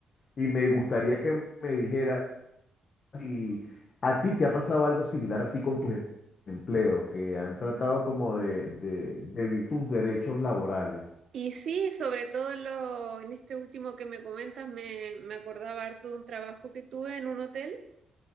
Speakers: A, on the left; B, on the right.
A: y me gustaría que me dijera si a ti te ha pasado algo similar así con tus em- empleos que han tratado como de, de, de violar tus derechos laborales.
B: Y sí, sobre todo en, lo- en este último que me comentas, me, me acordaba harto de un trabajo que tuve en un hotel.